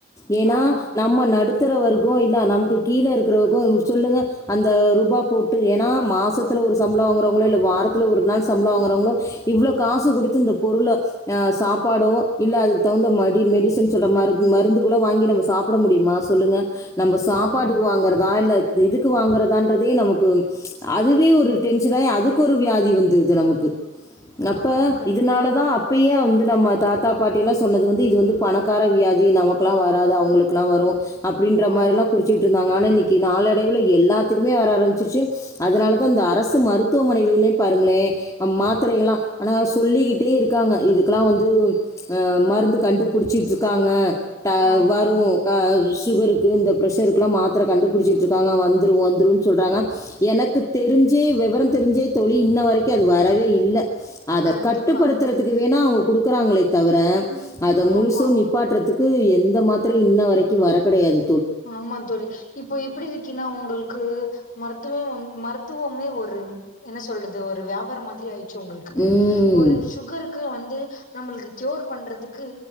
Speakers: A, on the left; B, on the left.
A: ஏன்னா
B: ஆமா
A: நம்ம நடுத்துர வர்கோ இல்லா நமுக்கு கீழே இருக்குறவக்கோ சொல்லுங்க அந்த ரூபா போட்டு ஏன்னா மாசத்துல் ஒரு சம்ப்ள வாங்குறவுங்ளோ இல்ல வாரத்துல ஒரு நாள் சம்ப்ள வாங்குறவுங்ளோ இவ்வளோ காசு குடுத்து இந்த பொருள அ சாப்பாடோ இல்ல அதுக்கு தகுந்த மாடி மெடிசன் சொட மருந் மருந்துகளோ வாங்கி நம்ப சாப் குட முடிய்மா சொல்லுங்க நம்ப சாப்பாட்டுக்
B: ஆமா
A: வாங்குற்தா இல்ல த இதுக்கு வாங்குறதான்றதே நமக்கு அதுவே ஒரு டென்ஷனாயி அதுக்கு ஒரு வியாதி வந்துருது து நமக்கு அப்ப
B: ஆமா கண்டிப்பா
A: இதுனாலதா அப் பியே வந்து நம்ம தாத்தா பாட்டில்லா சொன்னது வந்து இது வந்து பணக்கார வியாதி நமக்லா வராது அவுங்களுக்குலா வரு அப்டின்ற
B: ஆமா
A: மாரிலா குறிச்சிக்கிட்ருந்தாங்க ஆனா இன்னக்கி நாளடைவில எல்லாத்துக்குமே வர ஆரமிச்சிருச்சு அதுனாலதா இந்த அரசு மருத்துவமனைகிளில பாருங்ளே அம் மாத்துரைகலா அனா சொல்லிக்கிட்டே இருக்காங்க இதுக்குலா வந்து அ மருந்து கண்டுபுடுச்சிட்ருக் க்காங்க ட
B: ஆமா
A: வரு
B: ஆமா
A: க சுகருக்கு இந்த பிரஷருக்குலா மாத்தர கண்டுபுடுச்சிட்ருக் க்காங்க வந்துரு வந்துருன் சொல்றாங்க எனக்கு தெரிஞ்சு விவர தெரிஞ்சே தோழி இன்ன வரக்கு அது வரவே இல்ல அத
B: கண்டிப்பா
A: கட்டுப்படுத்துறதுக்கு வேணா அவுங்க
B: ம்
A: குடுக்குறாங்களே தவிர அத முழுசு
B: ஆமா
A: நீ பாட்றதுக்கு எந்த மாத்தரையு இன்ன வரக்கு வர கடையாது
B: ஆமா தோழி இப்போ எப்புடி இருக்கீன்னா உங்களுக்கு மருத்துவே வந் மருத்துவமே ஒரு என்ன சொல்றது ஒரு வியாபார மாத்ரி ஆயிட்ச்சு உங்களுக்கு
A: ம்
B: ஒரு சுகருக் கு வந்து நம்மளுக்கு கியோர் பண்றதுக்கு